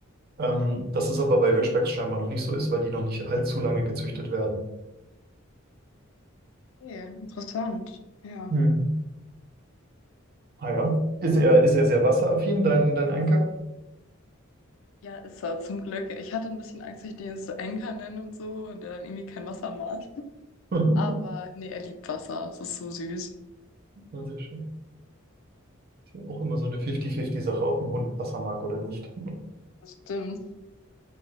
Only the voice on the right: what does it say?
ähm, dass es aber bei Ridgebacks scheinbar noch nicht so ist, weil die noch nicht allzu lange gezüchtet werden.
Mhm. Ah ja. Ist er, ist er sehr wasseraffin, dein, dein Anker?
<laughs>
Ja, sehr schön. Ist ja auch immer so eine 50-50-Sache, ob ein Hund Wasser mag oder nicht.